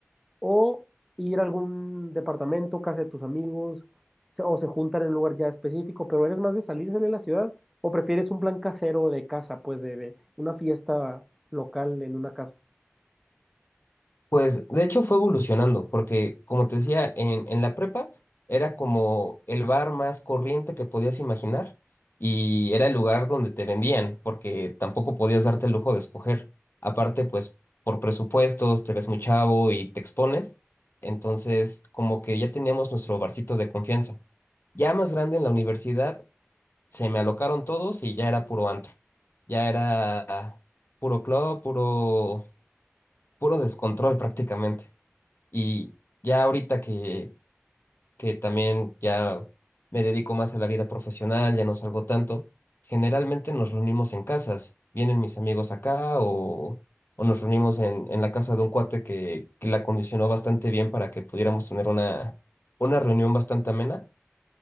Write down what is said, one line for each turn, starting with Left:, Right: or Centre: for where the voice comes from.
Centre: o ir a algún departamento, casa de tus amigos, se- o se juntan en un lugar ya específico, pero eres más de salirse de la ciudad o prefieres un plan casero de casa, pues de, de una fiesta local en una casa.
Left: Pues de hecho fue evolucionando, porque como te decía, en, en la prepa era como el bar más corriente que podías imaginar y era el lugar donde te vendían, porque tampoco podías darte el lujo de escoger. Aparte, pues por presupuestos, te ves muy chavo y te expones. Entonces, como que ya teníamos nuestro barcito de confianza. Ya más grande en la universidad, se me alocaron todos y ya era puro antro. Ya era puro club, puro, puro descontrol prácticamente. Y ya ahorita que, que también ya me dedico más a la vida profesional, ya no salgo tanto, generalmente nos reunimos en casas. Vienen mis amigos acá o, o nos reunimos en, en la casa de un cuate que, que la condicionó bastante bien para que pudiéramos tener una, una reunión bastante amena.